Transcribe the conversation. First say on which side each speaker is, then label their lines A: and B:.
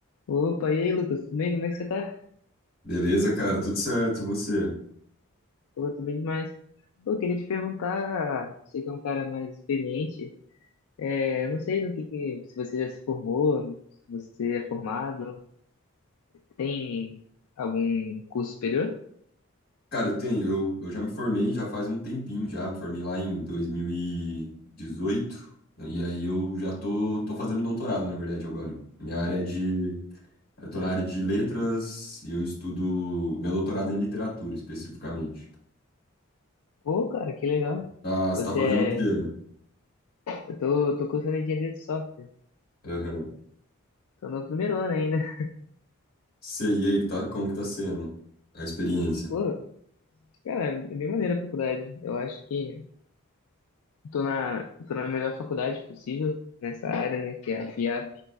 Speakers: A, on the left; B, on the left.
A: Opa, e aí, Lucas? Tudo bem? Como é que você tá?
B: Beleza, cara, tudo certo, e você?
A: Pô, tô bem demais. Eu queria te perguntar, você que é um cara mais experiente, é, eu não sei no que, que- se você já se formou, se você é formado, tem algum curso superior?
B: Cara, eu tenho, eu, eu já me formei já faz um tempinho já, me formei lá em 2018, e dezoito, né, e aí eu já tô, tô fazendo um doutorado, na verdade, agora. Minha área é de, eu tô na área de letras e eu estudo, meu doutorado é em literatura, especificamente.
A: Pô, cara, que legal.
B: Tá, você
A: Você
B: tá fazendo
A: é...
B: o quê?
A: Eu tô, tô cursando engenharia de software,
B: Aham.
A: tô no primeiro ano ainda. <laughs>
B: Sei, e aí, que tá, como que tá sendo a experiência?
A: Pô, cara, é bem maneira a faculdade. Eu acho que tô na, tô na melhor faculdade possível nessa área, né, que é a FIAP.